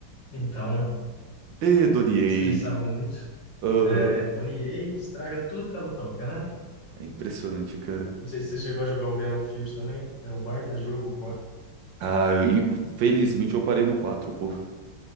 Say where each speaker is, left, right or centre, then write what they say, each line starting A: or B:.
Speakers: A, on the left; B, on the right.
A: Então,
B: E Doniei.
A: estressava muito.
B: Aham.
A: É, Dona EA estraga tudo que ela toca, né?
B: É impressionante, cara.
A: Não sei se você chegou a jogar o Battlefield também. Era um baita jogo,
B: Ah, eu- in- felizmente eu parei no 4, pô.